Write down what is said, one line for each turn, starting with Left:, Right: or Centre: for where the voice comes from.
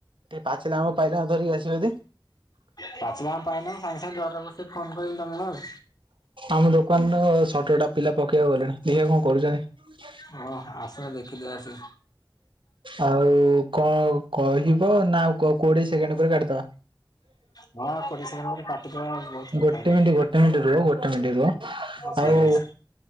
Right: ଏ ପାଚିଲା ଆମ ପାଇଲା ଧରିକି ଆସିବ ଇଡି
Left: ପାଚିଲା ଆ ପାଇନା ସାଙ୍ଗେ ସାଙ୍ଗେ ଜରଟା ବସି ଫୋନ କରି ତମକୁ ଆଉ
Right: ଆମ ଦୋ ଦୋକାନ ର ସଟର ଟା ପିଲା ପକେଇବାକୁ ଗଲେଣି ଦେଖିଆ କଣ କରୁଛନ୍ତି।
Left: ହଁ ଆସ ଦେଖିଦବ ଆସ
Right: ଆଉ କଣ କହିବ ନା କୋଡିଏ ସେକେଣ୍ଡ ପରେ କାଟିି ଦବା।
Left: ହଁ କୋଡିଏ ସେକେଣ୍ଡ ପରେ କାଟିଦବା ବହୁତ କଥା
Right: ଗୋଟେ
Left: ହେଲାଣି
Right: ମିନିଟ ଗୋଟେ ମିନିଟ ରୁହ ଗୋଟେ ମିନିଟ ରୁହ
Left: ହଉ
Right: ଆଉ
Left: ଠିକ ଅଛି